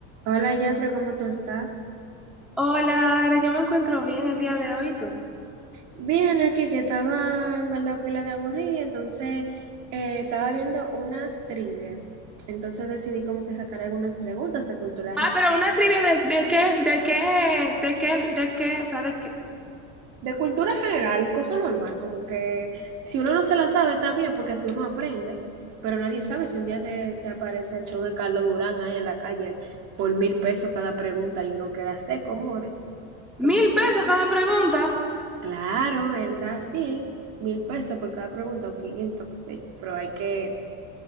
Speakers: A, on the right; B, in the centre.
A: Hola, Jafre, ¿cómo tú estás?
B: Hola, Ara, yo me encuentro bien el día de hoy, ¿y ¿tú?
A: Bien, aquí que estaba en verdad pila de aburrida, entonces eh, estaba viendo unas trivias. Entonces decidí como que sacar algunas preguntas de cultura
B: Ah,
A: general.
B: pero una trivia de, de qué, de qué, de qué, de qué, o sea, de qué.
A: De cultura general, cosa normal, como que si uno no se la sabe está bien, porque así uno aprende, pero nadie sabe si un día te, te aparece el show de Carlos Durán ahí en la calle por mil pesos cada pregunta y uno queda seco, more. Entonces.
B: Mil pesos cada pregunta,
A: Claro, ¿verdad? Sí, mil pesos por cada pregunta o 500 qué sé, pero hay que,